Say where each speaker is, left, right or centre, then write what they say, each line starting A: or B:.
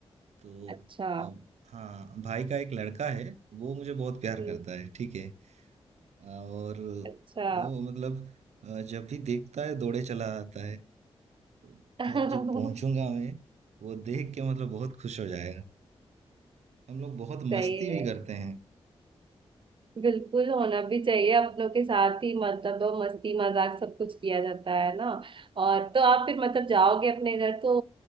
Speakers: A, on the right; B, on the right.
A: तो
B: अच्छा
A: अब हाँ भाई का एक लड़का है वो मुझे बहुत प्यार
B: हम्म
A: करता है ठीक है और
B: अच्छा
A: वो मतलब अ, जब भी देखता है दौड़े चला आता है घर
B: <laughs>
A: जब पहुंचूंगा मैं वो देख के मतलब बहुत खुश हो जाएगा हम लोग बहुत
B: सही
A: मस्ती
B: है
A: भी करते हैं
B: बिल्कुल होना भी चाहिए अपनों के साथ ही मतलब वो मस्ती मजाक सब कुछ किया जाता है ना और तो आप फिर मतलब जाओगे अपने घर तो